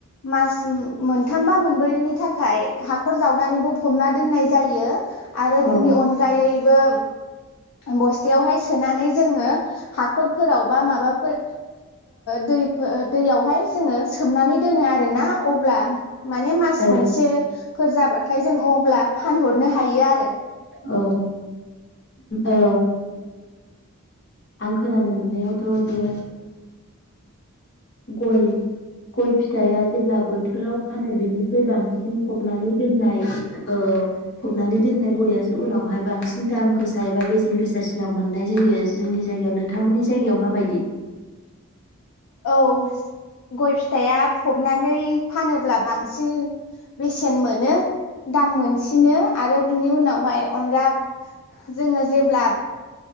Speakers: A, on the left; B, on the left.
A: मास मोनथामबा मोनब्रैनि थाखाय हाखर जावनानैबो फमना दोननाय जायो आरो
B: औ
A: बिनि अनगायैबो बस्थायावहाय सोनानै हाखरफोराव बा माबाफोर दै दैयावहाय जोङो सोमनानै दोनो आरोना अब्ला माने मास
B: औ
A: मोनसे फोर जाबाथाय जों अब्ला फानहरनो हायो आरो
B: औ ओ आं खोनानो मोननायावथ' बेे गय गय फिथाइया जेब्ला बोथोराव फानो बेनिख्रुइ बांसिन फबनानै दोननाय ओ फबनानै दोननाय गययासो उनावहाय बांसिन दाम गोसा एबा बेसेन गोसासिनाव मोननाय जायो जोंनि जायगायाव नोंथांमोननि जायगायाव माबायदि
A: औ गय फिथाइया नानै फानोब्ला बांसिन बेसेन मोनो दाम मोनसिनो आरो बिनि उनावहाय अनगा जोङो जेब्ला